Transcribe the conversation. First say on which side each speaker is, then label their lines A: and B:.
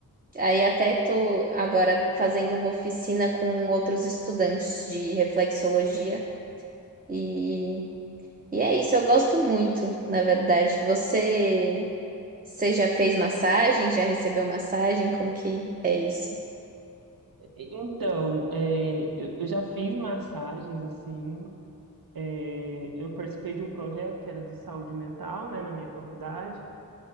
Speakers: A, on the right; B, on the right.
A: Aí até tô agora fazendo uma oficina com outros estudantes de reflexologia. E, e é isso, eu gosto muito, na verdade. Você, você já fez massagem? Já recebeu massagem? Como que é isso?
B: Então, é, eu, eu já fiz massagens, assim, é, eu participei de um projeto que era de saúde mental, né, na minha faculdade,